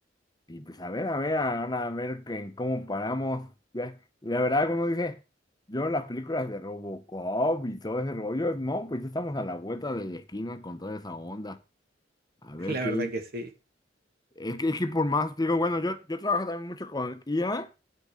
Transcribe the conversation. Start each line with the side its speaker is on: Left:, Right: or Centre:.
Left: Y pues a ver, a ver, ahora a ver que- en cómo paramos. Ya, la verdad, como dice, yo las películas de Robocop y todo ese rollo, no, pues ya estamos a la vuelta de la esquina con toda esa onda. A
Right: <laughs>
Left: ver
Right: La
Left: qué.
Right: verdad que sí.
Left: Es que, es que por más, digo, bueno, yo, yo trabajo también mucho con IA,